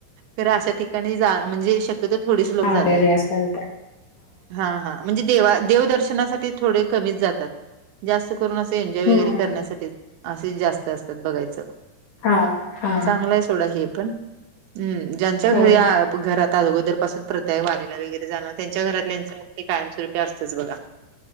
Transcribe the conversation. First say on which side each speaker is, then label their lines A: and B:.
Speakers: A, on the right; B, on the left.
A: ख अशा ठिकाणी जा म्हणजे शक्यत थोडीच लोक
B: हा
A: जातात
B: वगैरे असेल तर
A: हा हा म्हणजे देवा देव दर्शनासाठी थोडे कमीच जातात. जास्त करून असं एन्जॉय
B: हम्म
A: वगैरे करण्यासाठी असे जास्त असतात बघायचं.
B: हा हा
A: चांगला आहे सोडा हे पण हम्म ज्यांच्या
B: हो
A: घरात या
B: ना
A: घरात अगोदर पासून प्रथा वारीला वगैरे जाणं त्यांच्या घरातल्याच मग ते कायमस्वरूपी असतं बघा.